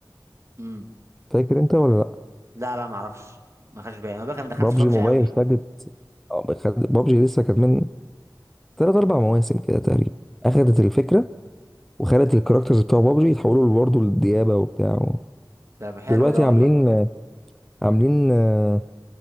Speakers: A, on the right (about 40°); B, in the centre.
A: امم
B: فاكر انت ولا لا
A: لا لا ما اعرفش ما خدش بالي انا بقى ما دخلتش
B: بابجي
A: ببجي
B: موبايل
A: قوي
B: خدت آه، خد- بابجي لسه كانت من ثلاث اربع مواسم كده تقريبا اخدت
A: مم.
B: الفكره وخلت الكاركترز بتوع بابجي يتحولوا برضه للديابه وبتاع
A: طب حلو
B: دلوقتي
A: ده والله
B: عاملين عاملين آه،